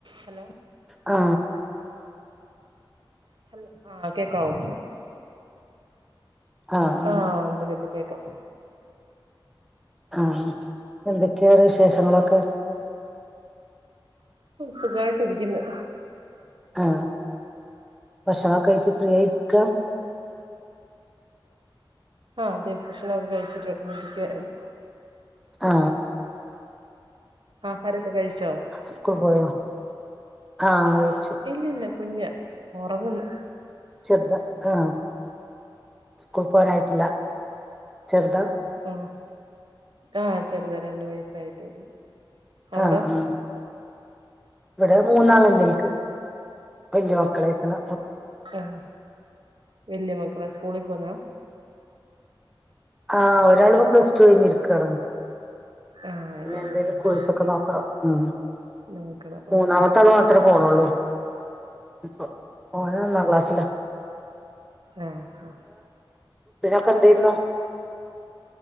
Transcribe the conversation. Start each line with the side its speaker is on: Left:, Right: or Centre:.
Right: Hello
Centre: ആ
Right: hello ആ കേക്കാവോ
Centre: ആഹ് ആഹ്
Right: ആ എന്തക്കണ്ട് കേക്കാം
Centre: ആഹ് എന്തൊക്കെയാണ് വിശേഷങ്ങളൊക്കെ
Right: സുഖായിട്ടിരിക്കുന്നു
Centre: ആ ഭക്ഷണൊക്കെ കഴിച്ച് ഫ്രീ ആയിരിക്ക
Right: ആ അതെ ഭക്ഷണക്കെ കഴിച്ചിട്ട് വന്നിരിക്കുവായിരുന്നു
Centre: ആ
Right: ആ ആഹാരൊക്കെ കഴിച്ചോ
Centre: സ്കൂൾ പോയോ ആഹ് കഴിച്ചു
Right: ഇല്ല ഇല്ല കഞ് ഒറങ്ങന്ന്
Centre: ചെറുത് ആ സ്കൂൾ പോവാനായിട്ടില്ല ചെറുത
Right: ആ ആഹ് ചെറുതാ രണ്ട വയസായിട്ടെ ഒള്ളൂ അവിടോ
Centre: ആ ആ ഇവിടെ മൂന്നാളുണ്ടിൻക്ക് വല്യ മക്കളയ്ക്ക്ണ്
Right: ആ വല്യ മക്കളാ സ്കൂളിൽ പോവുന്നാ
Centre: ആഹ് ഒരാളിപ്പം പ്ലസ് ടു കഴിഞ്ഞിരിക്കണ്
Right: ആഹ് അതെ
Centre: ഇനി എന്തേലും
Right: ആഹ്
Centre: കോഴസൊക്കെ നോക്കണം ഉം
Right: നോക്കണം
Centre: മൂന്നാമത്ത ആള് മാത്രമേ പോണള്ളൂ ഇപ്പൊ ഓന് ഒന്നാം ക്ലാസ്സില
Right: ആ ആ
Centre: <unintelligible>